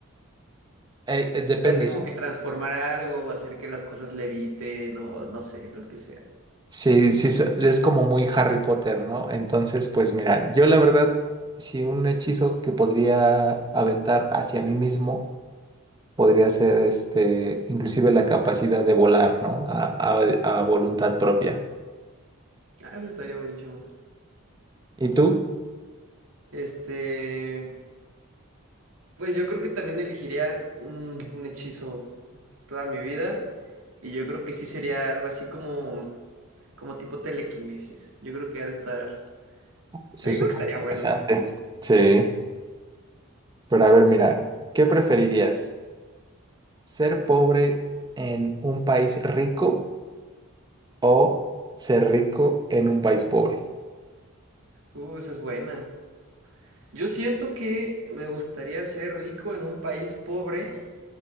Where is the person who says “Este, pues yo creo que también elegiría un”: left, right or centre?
Right